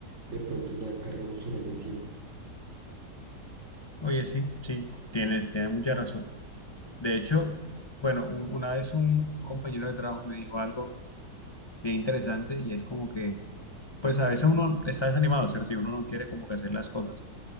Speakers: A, on the right; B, on the left.
A: de pronto una carga emocional de encima.
B: Oye, sí, sí, tienes, tienes mucha razón. De hecho, bueno, un- una vez un, un compañero de trabajo me dijo algo bien interesante y es como que, pues a veces uno está desanimado, ¿cierto? Y uno no quiere como que hacer las cosas